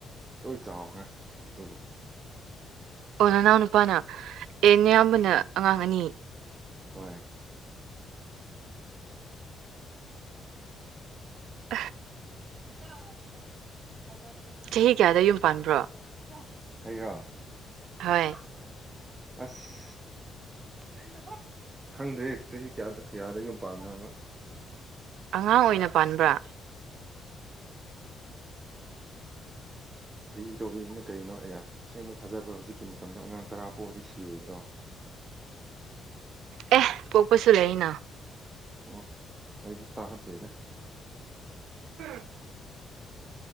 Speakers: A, on the right (about 30°); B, on the right (about 85°).
A: ꯂꯣꯏ ꯆꯥꯎꯈ꯭ꯔꯦ ꯗꯨꯕꯨ
B: ꯑꯣ ꯅꯅꯥꯎ ꯅꯨꯄꯥꯅ ꯑꯦ ꯑꯌꯥꯝꯕꯅ ꯑꯉꯥꯡ ꯑꯅꯤ
A: ꯍꯣꯏ
B: <unintelligible>
A: <unintelligible>
B: ꯆꯍꯤ ꯀꯌꯥꯗ ꯌꯨꯝ ꯄꯥꯟꯕ꯭ꯔꯣ
A: ꯑꯩꯔꯣ
B: ꯍꯣꯏ
A: ꯍꯥ ꯑꯁ <unintelligible> ꯈꯪꯗ꯭ꯔꯦ ꯆꯍꯤ ꯀꯌꯥꯗ ꯀꯌꯥꯗ ꯌꯨꯝ ꯄꯥꯟꯅꯕ
B: ꯑꯉꯥꯡ ꯑꯣꯏꯅ ꯄꯥꯟꯕ꯭ꯔꯥ
A: ꯐꯩ ꯇꯧꯕꯤꯕꯅ ꯀꯔꯤꯅꯣ ꯑꯩꯌꯥ ꯑꯁꯦꯡꯕ ꯊꯥꯖꯕ꯭ꯔꯣ ꯍꯧꯖꯤꯛꯀꯤ ꯃꯇꯝꯗ ꯑꯉꯥꯡ ꯇꯔꯥ ꯄꯣꯛꯗꯤ ꯁꯤꯔꯣꯏꯗ꯭ꯔꯣ
B: ꯑꯦꯍ ꯄꯣꯛꯄꯁꯨ ꯂꯩꯏꯅ
A: ꯑꯣ ꯑꯩꯗꯤ ꯇꯥꯗꯦꯗ
B: ꯎꯝ